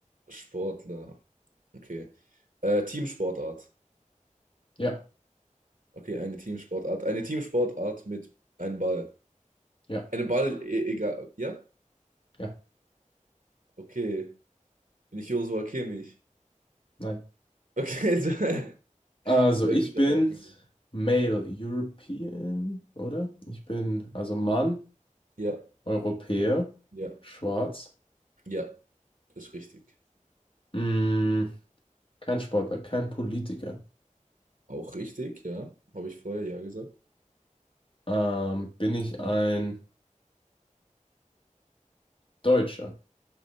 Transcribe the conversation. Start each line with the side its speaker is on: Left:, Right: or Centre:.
Right: Sportler. Okay. Äh, Teamsportart.
Left: ja,
Right: Okay, eine Teamsportart. Eine Teamsportart mit einem Ball.
Left: ja,
Right: Eine Ball, e egal. Ja?
Left: ja,
Right: Okay. Bin ich Joshua Kimmich?
Left: nein.
Right: Okay, <laughs> so.
Left: Also
Right: Ja,
Left: ich
Right: guter
Left: bin
Right: Rat gewesen.
Left: Male European, oder? Ich bin also Mann,
Right: Ja,
Left: Europäer,
Right: ja,
Left: schwarz.
Right: ja, das ist richtig.
Left: Mm, kein Sportler, kein Politiker.
Right: Auch richtig, ja. Habe ich vorher ja gesagt.
Left: Ähm, bin ich ein Deutscher?